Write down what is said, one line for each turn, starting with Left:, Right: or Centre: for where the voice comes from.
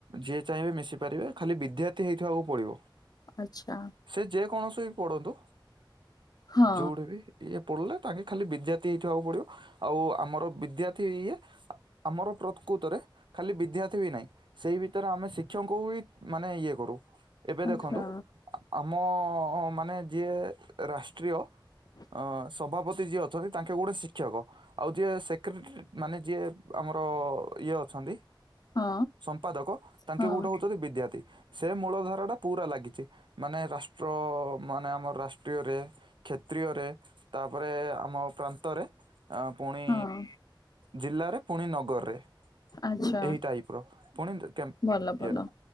Right: ଯିଏ ଚାହିଁବେ ମିଶି ପାରିବେ ଖାଲି ବିଦ୍ୟାର୍ଥୀ ହେଇଥିବାକୁ ପଡିବ।
Left: ଆଚ୍ଛା
Right: ସେ ଯେ କୌଣସି ବି ପଢନ୍ତୁ
Left: ହଁ
Right: ଯୋଉଠି ବି। ଇଏ ପଢିଲେ ତାଙ୍କେ ଖାଲି ବିଦ୍ୟାର୍ଥୀ ହେଇଥିବାକୁ ପଡ଼ିବ ଆଉ ଆମର ବିଦ୍ୟାର୍ଥୀ ଇଏ। ଆମର ପ୍ରକୃତରେ ଖାଲି ବିଦ୍ୟାର୍ଥୀ ବି ନାହିଁ। ସେଇ ଭିତରେ ଆମେ ଶିକ୍ଷକଙ୍କୁ ବି ମାନେ ଇଏ କରୁ ଏବେ
Left: ଆଚ୍ଛା
Right: ଦେଖନ୍ତୁ। ଆମ ମାନେ ଯିଏ ରାଷ୍ଟ୍ରୀୟ। ଅ ସଭାପତି ଯିଏ ଅଛନ୍ତି ତାଙ୍କେ ଗୋଟେ ଶିକ୍ଷକ ଆଉ ଯିଏ ସେକ୍ରେଟାରୀ ମାନେ ଯିଏ। ଆମର ଇଏ ଅଛନ୍ତି
Left: ହଁ
Right: ସମ୍ପାଦକ ତାଙ୍କେ
Left: ହଁ
Right: ଗୋଟେ ହଉଛନ୍ତି ବିଦ୍ୟାର୍ଥୀ। ସେ ମୂଳ ଧାରା ଟା ପୁରା ଲାଗିଛି। ମାନେ ରାଷ୍ଟ୍ର ମାନେ ଆମର ରାଷ୍ଟ୍ରୀୟରେ କ୍ଷେତ୍ରୀୟରେ। ତାପରେ ଆମ ପ୍ରାନ୍ତରେ ପୁଣି
Left: ହଁ
Right: ଜିଲ୍ଲାରେ। ପୁଣି ନଗରରେ
Left: ଆଚ୍ଛା
Right: ଏହି ଟାଇପ୍ ର ପୁଣି
Left: ଭଲ ଭଲ
Right: ଇଏରେ।